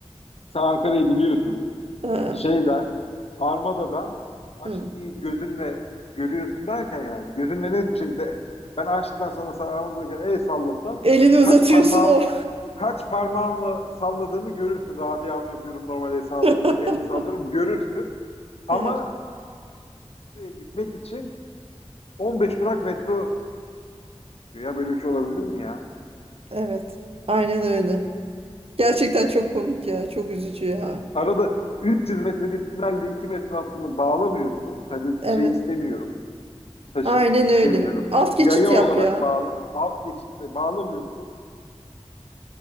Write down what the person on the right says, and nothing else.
ha,
hı.
Elini uzatıyorsun
o.
<laughs>
Evet,
evet. Aynen öyle. Gerçekten çok komik ya. Çok üzücü ya.
Evet.
Aynen
öyle. Alt geçit
yap
ya.